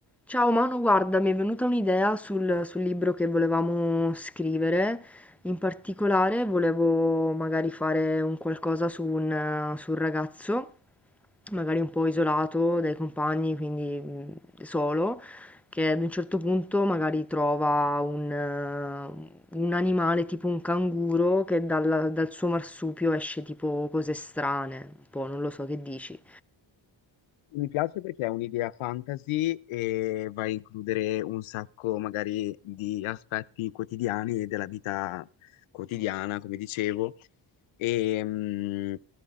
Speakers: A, in the centre; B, on the left.
A: Ciao Manu, guarda, mi è venuta un'idea sul, sul libro che volevamo scrivere. In particolare volevo magari fare un qualcosa su un, su un ragazzo, magari un po' isolato dai compagni, quindi mh, solo, che ad un certo punto magari trova un, eh, un animale tipo un canguro che dalla- dal suo marsupio esce tipo cose strane, un po', non lo so che dici.
B: Mi piace perché è un'idea fantasy e va a includere un sacco magari di aspetti quotidiani e della vita quotidiana, come dicevo, e mh,